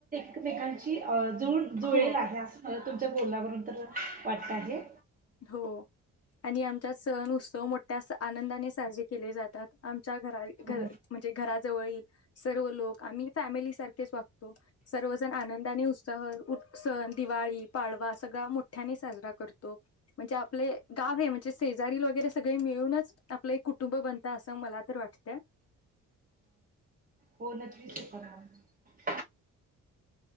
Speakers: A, on the right; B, on the left.
A: एकमेकांची अ जुळ जुळेल
B: हो
A: आहे असं तुमच्या बोलण्यावरून तर वाट्ता हे
B: हो, आणि आमचा सण उत्सव मोठ्ठा असं आनंदाने साजरे केले जातात च्या घराळी घ
A: हो
B: म्हणजे घरात जवळील सर्व लोक आम्ही फॅमिली सारखेच वागतो, सर्वजण आनंदाने उत्साह उत् सण दिवाळी पाडवा सगळा मोठ्याने साजरा करतो म्हणजे आपले गाव हे म्हणजे शेजारील वगैरे सगळे मिळूनच आपलं एक कुटुंब बनतं असं मला तर वाटतं
A: हो नक्कीच खरं